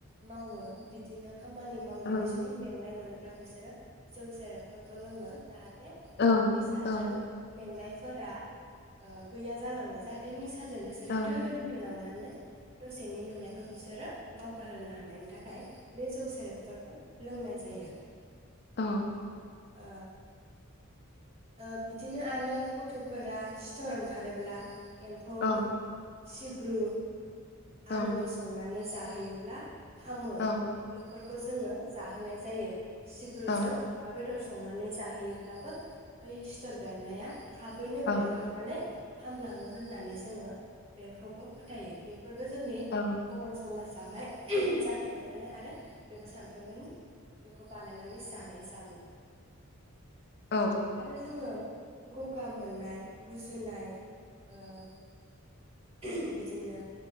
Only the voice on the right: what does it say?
मावो। बिदिनो‌ खामानि मावनानै
जुदि मेंनाय मोनोब्ला बिसोरो जौ सेरेबफोरखौ लोंङो जाहा थे
निसाजों मेंनाय फोरा ओ गैया जालाङो जाहाथे नि साजों बिसोरो
दो दो उदुलांना नै दसेनि मेंनायखौ बिसोरो बावगार होनो हानायनि थाखाय बे जौ सेरेबफोरखौ लोंनाय जायो।
ओ ओ बिदिनो आरो गथ'फोरा सिथर ओंखारोब्ला एम्फौ
सिब्रु
आलु संनानै जाहैयोब्ला हामो
बेफोरखौ जोङो जाहोनाय जायो सिब्रुजों
अमा बेदर संनानै जाहोयोब्लाबो ओइ सिथर बेरनाया थाबैनो
बेरखांनानै हामलाङो होननानै जोङो बेखौबो फोथायो बे बे फोरबो जोंनि
बर' समाज जावहाय जाफ्लेबाय थानाय आरो बेबो सानफ्रामबोनि बेखौ बानायनानै जानाय जामु
आरो जोङो गगा मोननाय गुजुनाय ओ बिदिनो